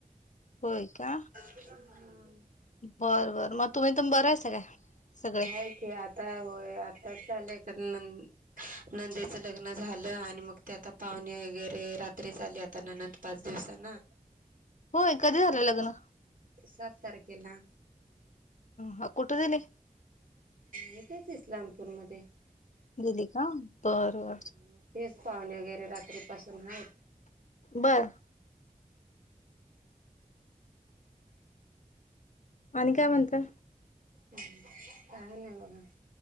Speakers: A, on the left (about 60°); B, on the right (about 70°).
A: होय का.
B: हम
A: बरं बरं म तुम्ही त बरं आहेसा काय सगळे?
B: नाही की आता होय आताच आलंय कनन नंदेचं लग्न झालं आणि मग ते आता पाहुणे वगैरे रात्री च आले आता ननंद पाच दिवसा न
A: होय कधी
B: हूं
A: झालं लग्न?
B: सात तारखेला
A: हम कुठुनलाय
B: ह तेच इस्लामपूरमध्ये.
A: दिली का बरबर.
B: मग तेच पाहुणे वगैरे रात्रीपासून आहेत.
A: बरं. आणि काय म्हणता?
B: हूं काय नाही म्हणा.